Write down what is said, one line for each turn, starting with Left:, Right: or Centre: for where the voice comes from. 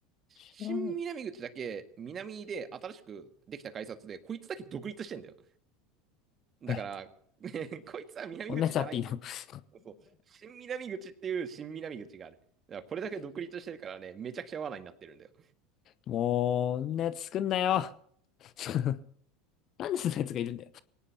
Left: 知らない。
Right: 新南口だけ南で新しくできた改札で、こいつだけ独立してんだよ。だから、
Left: え、
Right: <laughs> ねこいつは南口じゃないんだよ。
Left: こんなやつあっていいの <laughs>
Right: そう。新南口っていう新南口がある。だからこれだけ独立してるからね、めちゃくちゃ罠になってるんだよ。
Left: もう、こんなやつ作んなよ。<laughs> なんでそんなやつがいるんだよ。